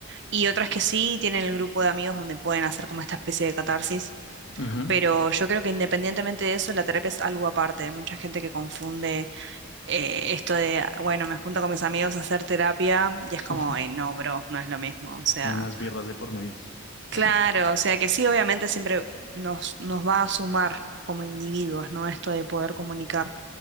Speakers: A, on the right; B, on the left.
A: y otras que sí tienen el grupo de amigos donde pueden hacer como esta especie de catarsis
B: ujú.
A: Pero yo creo que independientemente de eso, la terapia es algo aparte. Hay mucha gente que confunde eh, esto de, "Ah, bueno, me junto con mis amigos a hacer terapia y
B: <laughs>
A: es como, "Ey, no, bro, no es lo mismo. O sea,
B: Con unas birras de por medio.
A: claro,
B: <laughs>
A: o sea que sí, obviamente siempre nos, nos va a sumar como individuos, ¿no? Esto de poder comunicar